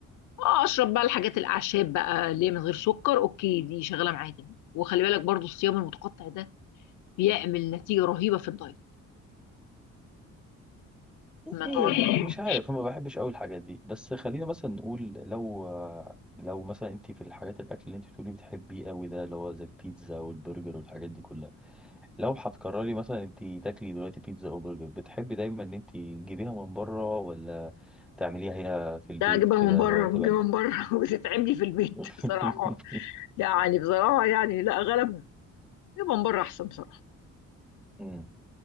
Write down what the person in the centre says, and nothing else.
يعني مش عارف انا ما بحبش قوي الحاجات دي بس خلينا مثلا نقول لو لو مثلا انت في الحاجات الاكل اللي انت بتقولي بتحبيه قوي ده اللي هو زي البيتزا والبرجر والحاجات دي كلها لو هتقرري مثلا انت تاكلي دلوقتي بيتزا او برجر بتحبي دايما ان انت تجيبيها من بره ولا تعمليها هنا في البيت
كده
اللي هو تبقى
انت
<laughs>
مم.